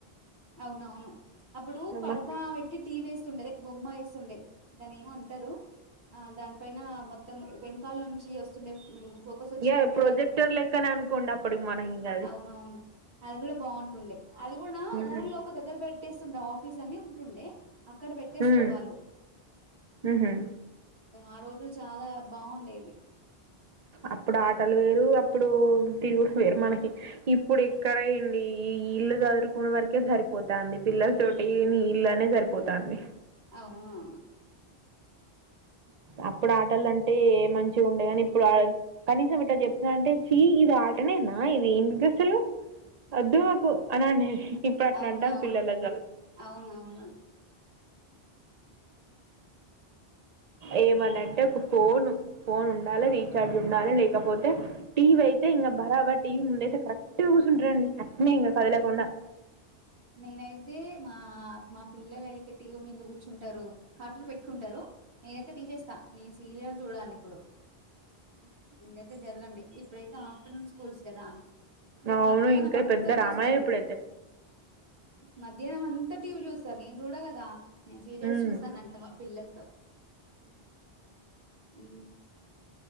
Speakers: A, on the right (about 75°); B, on the right (about 45°).
A: అవునవును అప్పుడు
B: అమ్మ
A: పరదా పెట్టి టీ వేస్తుండది బొమ్మ వేస్ ఉండే దాని ఏమో అంటారు ఆ దానిపైన మొత్తం వెనకాల నుంచి వస్తుండే. ఫోకస్ వచ్చి
B: యా
A: దానిపైన
B: ప్రొజెక్టర్ లెక్కనే అనుకోండి అప్పటికి మన ఇంకాది
A: అవున అవును అది కూడా బాగుంటుండే అది కూడా
B: ఉమ్
A: ఊర్లో ఒక దగ్గర పెట్టేస్తుండవు ఆఫీస్ అని ఉంటుండే అక్కడ పెట్టేసింది
B: ఉమ్
A: వాళ్ళు
B: ఉహు
A: ఆ రోజులు చాలా బాగుండేవి
B: అప్పుడు ఆటలు వేరు అప్పుడు తిరుగు వేరు మనకి ఇప్పుడు ఎక్కడయండి ఈ ఇల్లుగాదురుకున్న వరకే సరిపో సపోతంది పిల్లల తోటి నీ ఇళ్ళనే సరిపోతంది
A: అవునా అవును
B: అప్పుడు ఆటలు అంటే మంచిగా ఉండే కానీ ఇప్పుడు కనీసం ఇట్లా చెప్తున్నా అంటే చీ ఇది ఆటనేనా ఇది ఏంటి అసలు అదు మాకు అనండి ఇప్పుడు అట్లా
A: అవునవును
B: అంట పిల్లలగా
A: అవునవును
B: ఏమన్నంటే ఒక ఫోన్ ఫోన్ ఉండాలి రీచార్జ్ ఉండాలి లేకపోతే టీవీ అయితే ఇంకా బరాబ టీవీ ఉండయితే కరెక్ట్ కూర్చుంటారండి చక్కనే ఇంకా కదలకుండా.
A: నేనైతే మా మా పిల్లలు అయితే టీవీ మీద కూర్చుంటారు కార్టన్ పెట్టుకుంటారు నేనైతే టీసేస్తా నేను సీరియల్ చూడాలి ఇప్పుడు. ననైతే జరగండి ఇప్పుడైతే ఆఫ్టర్నూన్ స్కూల్స్ కదా మీరు
B: అవును
A: మధ్యాహ్నం
B: ఇంకా
A: అంతా
B: పెద్ద
A: చూస్తారు
B: రామాయణ ఇప్పుడైతే
A: మధ్యాహ్నం అంతా టీవీ చూస్తారు నేను చూడ కదా నే సీరియల్స్
B: ఉమ్
A: చూసా అ నటుమ్ పల్లలు ఉ